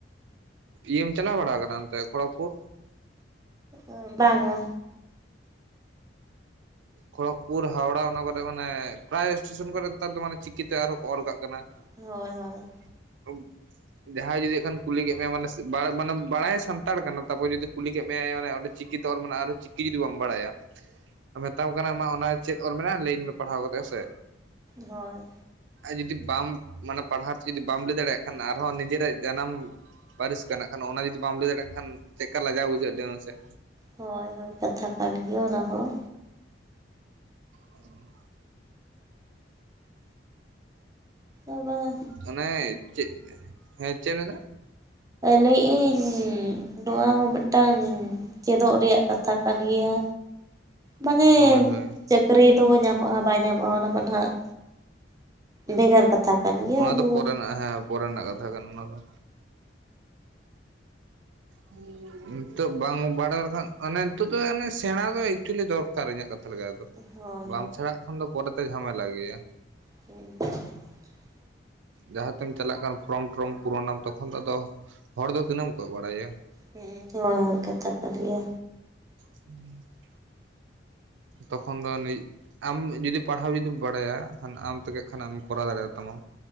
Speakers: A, on the right; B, on the right.
A: ᱤᱭᱟᱹᱢ ᱪᱟᱞᱟᱣ ᱵᱟᱲᱟ ᱠᱟᱱᱟ ᱚᱱᱛᱮ ᱠᱷᱚᱲᱚᱜᱯᱩᱨ
B: ᱚᱸ ᱵᱟᱝᱼᱟ
A: ᱠᱷᱚᱲᱚᱜᱽᱯᱩᱨ ᱦᱟᱣᱲᱟ ᱚᱱᱟ ᱠᱚᱨᱮ ᱢᱟᱱᱮ ᱯᱨᱟᱭ ᱥᱴᱮᱥᱚᱱ ᱠᱚᱨᱮ ᱱᱮᱛᱟᱨ ᱫᱚ ᱢᱟᱱᱮ ᱪᱤᱠᱤᱛᱮ ᱟᱨᱦᱚᱸ ᱠᱚ ᱚᱞ ᱠᱟᱜ ᱠᱟᱱᱟ
B: ᱦᱳᱭ ᱦᱳᱭ
A: <inaudible> ᱡᱟᱦᱟᱸᱭ ᱡᱩᱫᱤ ᱦᱟᱸᱜ ᱠᱷᱟᱱ ᱠᱩᱞᱤ ᱠᱮᱫ ᱢᱮᱭᱟᱭ ᱢᱟᱱᱮ ᱥᱮ ᱵᱟ ᱢᱟᱱᱮ ᱵᱟᱲᱟᱭᱟᱭ ᱥᱟᱱᱛᱟᱲ ᱠᱟᱱᱟ ᱛᱟᱯᱚᱨ ᱡᱩᱫᱤ ᱠᱩᱞᱤ ᱠᱮᱫ ᱢᱮᱭᱟᱭ ᱢᱟᱱᱮ ᱚᱸ ᱪᱤᱠᱤ ᱛᱮ ᱚᱞ ᱢᱮᱱᱟᱜᱼᱟ ᱟᱨ ᱪᱤᱠᱤ ᱡᱩᱫᱤ ᱵᱟᱢ ᱵᱟᱲᱟᱭᱟ ᱢᱮᱛᱟᱢ ᱠᱟᱱᱟ ᱢᱟ ᱚᱱᱟ ᱪᱮᱫ ᱚᱞ ᱢᱮᱱᱟᱜᱼᱟ ᱞᱟᱹᱭᱤᱧ ᱢᱮ ᱯᱟᱲᱦᱟᱣ ᱠᱟᱛᱮᱫ ᱦᱮᱥᱮ
B: ᱦᱳᱭ
A: ᱟᱨ ᱡᱩᱫᱤ ᱵᱟᱢ ᱢᱟᱱᱮ ᱯᱟᱲᱦᱟᱣ ᱛᱮ ᱡᱩᱫᱤ ᱵᱟᱢ ᱞᱟᱹᱭ ᱫᱟᱲᱮᱭᱟᱜ ᱠᱷᱟᱱ ᱟᱨᱦᱚᱸ ᱱᱤᱡᱮᱨᱟᱜ ᱡᱟᱱᱟᱢ ᱼᱼ ᱯᱟᱹᱨᱤᱥ ᱠᱟᱱᱟ ᱠᱷᱟᱱ ᱚᱱᱟ ᱡᱩᱫᱤ ᱵᱟᱢ ᱞᱟᱹᱭ ᱫᱟᱲᱮᱭᱟᱜ ᱠᱷᱟᱱ ᱪᱮᱫ ᱞᱮᱠᱟ ᱞᱟᱡᱟᱣ ᱵᱩᱡᱷᱟᱹᱣ ᱞᱮᱭ ᱢᱮ ᱥᱮ।
B: ᱦᱳᱭ ᱦᱳᱭ ᱠᱟᱛᱷᱟ ᱠᱟᱱ ᱜᱮᱭᱟ ᱚᱱᱟ ᱦᱚᱸ
A: ᱦᱩᱸ
B: ᱚᱱᱟ
A: ᱟᱱᱮ ᱪᱮᱫ ᱦᱮᱸ ᱪᱮᱫ ᱮᱢ ᱞᱟᱹᱭᱮᱫᱟ
B: ᱞᱟᱹᱭᱮᱜ ᱟᱹᱧ ᱱᱚᱣᱟ ᱦᱚᱸ ᱢᱤᱫᱴᱟᱝ ᱪᱮᱫᱚᱜ ᱨᱮᱭᱟᱜ ᱠᱟᱛᱷᱟ ᱠᱟᱱ ᱜᱮᱭᱟ ᱢᱟᱱᱮ
A: ᱦᱳᱭ ᱦᱳᱭ
B: ᱪᱟᱹᱠᱨᱤ ᱫᱚ ᱧᱟᱢᱚᱜᱼᱟ ᱵᱟᱭ ᱧᱟᱢᱚᱜᱼᱟ ᱚᱱᱟᱢᱟ ᱱᱟᱦᱟᱜ ᱵᱷᱮᱜᱟᱨ ᱠᱟᱛᱷᱟ ᱠᱟᱱ ᱜᱮᱭᱟ
A: ᱚᱱᱟ
B: ᱟᱫᱚ
A: ᱫᱚ ᱯᱚᱨᱮᱱᱟᱜ ᱦᱮᱸ ᱯᱚᱨᱮᱱᱟᱜ ᱠᱟᱛᱷᱟ ᱠᱟᱱᱟ ᱚᱱᱟ ᱫᱚ <inaudible> ᱱᱤᱛᱚᱜ ᱵᱟᱝ ᱵᱟᱲᱟᱭ ᱞᱮᱠᱷᱟᱱ ᱚᱱᱮ ᱱᱤᱛᱚᱜ ᱫᱚ ᱮᱱᱮ ᱥᱮᱬᱟ ᱫᱚ ᱮᱠᱪᱩᱭᱮᱞᱤ ᱫᱚᱨᱠᱟᱨ ᱤᱧᱟᱹᱜ ᱠᱟᱛᱷᱟ ᱟᱭ ᱫᱚ
B: ᱦᱳᱭ
A: ᱵᱟᱢ ᱥᱮᱬᱟᱜ ᱠᱷᱟᱱ ᱫᱚ ᱯᱚᱨᱮᱛᱮ ᱡᱷᱟᱢᱮᱞᱟ ᱜᱮᱭᱟ
B: ᱦᱮᱸ
A: ᱡᱟᱦᱟᱸ ᱛᱮᱢ ᱪᱟᱞᱟᱜ ᱠᱟᱱ ᱯᱷᱨᱚᱢ ᱴᱨᱚᱢ ᱯᱩᱨᱚᱱᱟᱢ ᱛᱚᱠᱷᱚᱱ ᱫᱚ ᱟᱫᱚ ᱦᱚᱲ ᱫᱚ ᱛᱤᱱᱟᱹ ᱮᱢ ᱠᱚ ᱵᱟᱲᱟᱭᱟ
B: ᱦᱩᱸ ᱦᱳᱭ ᱦᱳᱭ ᱠᱟᱛᱷᱟ ᱠᱟᱱ ᱜᱮᱭᱟ
A: <inaudible> ᱛᱚᱠᱷᱚᱱ ᱫᱚ ᱱᱤᱡ ᱟᱢ ᱡᱩᱫᱤ ᱯᱟᱲᱦᱟᱣ ᱡᱩᱫᱤᱢ ᱵᱟᱲᱟᱭᱟ ᱟᱢ ᱛᱮᱜᱮ ᱠᱷᱟᱱ ᱟᱢ ᱠᱚᱨᱟᱣ ᱫᱟᱲᱮᱭᱟᱛᱟᱢᱟᱢ